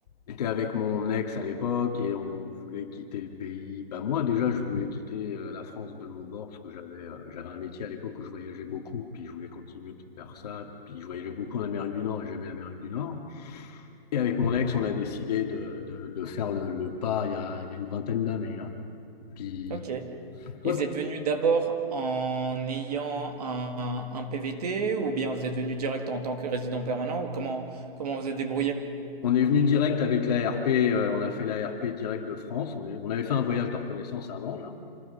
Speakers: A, on the left (about 40°); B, on the right (about 40°).
A: J'étais avec mon ex à l'époque et on voulait quitter le pays. Bah, moi, déjà, je voulais quitter euh, la France de mon bord parce que j'avais euh, j'avais un métier à l'époque où je voyageais beaucoup, puis je voulais continuer de faire ça. Puis je voyageais beaucoup en Amérique du Nord et j'aimais l'Amérique du Nord. Et avec mon ex, on a décidé de, de, de faire le, le pas il y a, il y a une vingtaine d'années. hein. Puis
B: Ok. Et
A: toi,
B: vous êtes venu d'abord en ayant un, un PVT ou bien vous êtes venu direct en tant que résident permanent ou comment, comment vous êtes débrouillé?
A: on est venu direct avec l'ARP, on a fait l'ARP direct de France. On, est- on avait fait un voyage de reconnaissance avant, là.